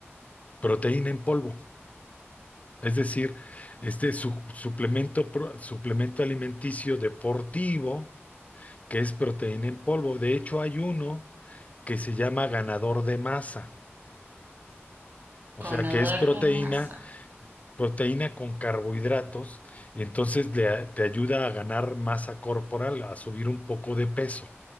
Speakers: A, on the left; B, on the right.
A: proteína en polvo? Es decir, este su- suplemento, pro- suplemento alimenticio deportivo, que es proteína en polvo. De hecho, hay uno que se llama ganador de masa, o
B: Conador
A: sea, que es proteína,
B: de masa.
A: proteína con carbohidratos, y entonces le a- te ayuda a ganar masa corporal, a subir un poco de peso.